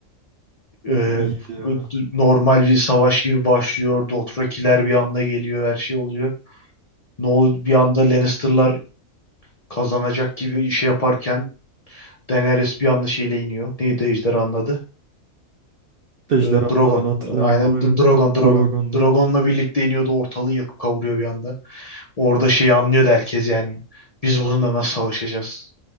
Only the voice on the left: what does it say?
e,
normal bir savaş gibi başlıyor. Dothrakiler bir anda geliyor. Her şey oluyor. Ne ol bir anda Lannister'lar kazanacak gibi şey yaparken Daenerys bir anda şeyle iniyor. Neydi ejderhanın adı?
E, Drogon.
Aynen
D- Drogon, Drogon.
Drogon'la birlikte iniyordu. Ortalığı yakıp kavuruyor bir anda. Orada şeyi anlıyordu herkes yani. Biz bununla nasıl savaşacağız?